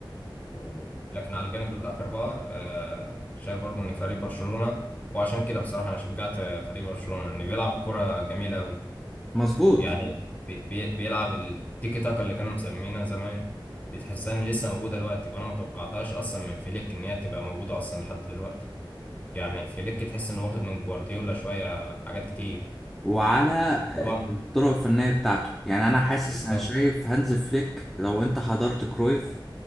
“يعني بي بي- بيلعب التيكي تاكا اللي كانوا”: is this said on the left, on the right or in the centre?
Left